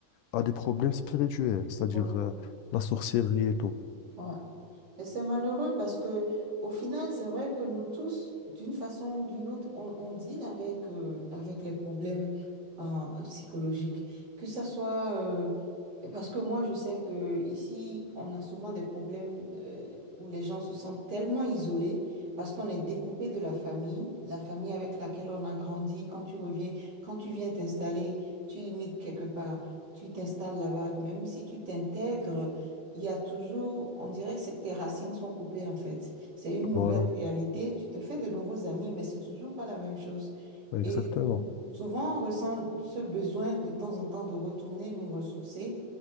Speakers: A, on the left; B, on the right.
A: à des problèmes spirituels, c'est-à-dire
B: Oui.
A: euh, la sorcellerie et tout.
B: ouais. Et c'est malheureux parce que au final, c'est vrai que nous tous, d'une façon ou d'une autre, on, on deal avec, euh, avec les problèmes euh, psychologiques. Que ça soit euh, parce que moi, je sais que ici, on a souvent des problèmes euh, où les gens se sentent tellement isolés parce qu'on est découpé de la famille, la famille avec laquelle on a grandi. Quand tu reviens, quand tu viens t'installer, tu immigres quelque part, tu t'installes là-bas, même si tu t'intègres il y a toujours, on dirait que c'est- tes racines sont coupées en fait. C'est une nouvelle
A: Voilà,
B: réalité, tu te fais de nouveaux amis, mais c'est toujours pas la même chose.
A: Ouais, exactement.
B: Et sou- souvent, on ressent ce besoin de temps en temps de retourner nous ressourcer.